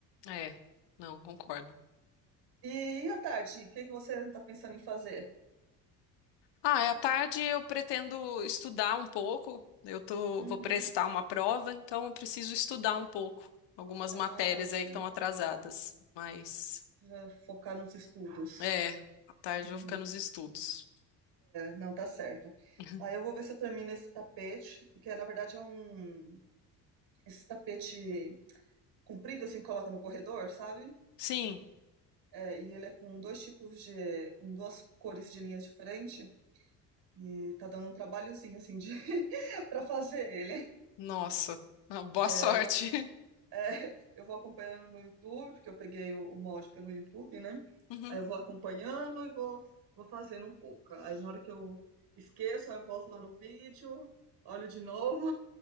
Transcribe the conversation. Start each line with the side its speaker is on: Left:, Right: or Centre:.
Left: É, não, concordo.
Right: E, e à tarde, o que que você está pensando em fazer?
Left: Ah, é, à tarde eu pretendo estudar um pouco. Eu tô,
Right: Uhum.
Left: vou prestar uma prova, então eu preciso estudar um pouco. Algumas
Right: Ah,
Left: matérias
Right: sim.
Left: aí que estão atrasadas. Mas,
Right: Ah, Focar nos estudos.
Left: é, à tarde
Right: Uhum.
Left: eu vou ficar nos estudos.
Right: Não, tá certo.
Left: <laughs>
Right: Aí eu vou ver se eu termino esse tapete, porque na verdade é um. Esse tapete comprido, assim, que coloca no corredor, sabe?
Left: Sim,
Right: É, e ele é com dois tipos de. com duas cores de linhas diferentes. E tá dando um trabalhozinho, assim, de... <laughs> pra fazer ele.
Left: nossa. Ah, Boa
Right: É,
Left: sorte.
Right: aí eu,
Left: <laughs>
Right: é, eu vou acompanhando no YouTube, porque eu peguei o, o molde pelo YouTube, né?
Left: Uhum,
Right: Aí eu vou acompanhando e vou, vou fazendo um pouco. Aí na hora que eu esqueço, aí eu volto lá no vídeo, olho de novo.